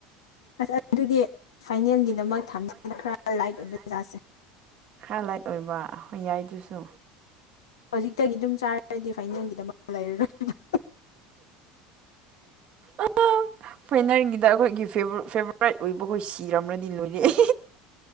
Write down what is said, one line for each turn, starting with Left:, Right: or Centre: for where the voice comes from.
Left: ꯑꯁ ꯑꯗꯨꯗꯤ ꯐꯥꯏꯅꯦꯜꯒꯤꯗꯃꯛ
Right: ꯊꯥꯏꯂꯦꯟꯒꯤꯅ
Left: ꯊꯝꯖꯈ꯭ꯔꯥ
Right: ꯃꯣꯏ ꯊꯝꯕꯅꯤꯅ
Left: ꯂꯥꯏꯠ
Right: ꯈꯔ
Left: ꯑꯣꯏꯕ ꯖꯥꯁꯦ
Right: ꯈꯔ ꯂꯥꯏꯛ ꯑꯣꯏꯕꯣꯏ ꯌꯥꯏꯗꯨꯁꯨ
Left: ꯍꯧꯖꯤꯛꯇꯒꯤ ꯑꯗꯨꯝ ꯆꯥꯔꯗꯤ ꯐꯥꯏꯅꯦꯜꯒꯤꯗꯃꯛꯛꯇ ꯂꯩꯔꯔꯣꯏ
Right: ꯑ ꯐꯣꯏꯅꯔꯒꯤꯗ ꯑꯩꯈꯣꯏ ꯑꯩꯒꯤ ꯐꯦꯚꯣꯔꯥꯏꯠ ꯑꯣꯏꯕ ꯑꯩꯈꯣꯏ ꯁꯤꯔꯝꯅꯗꯤ ꯂꯣꯏꯔꯑ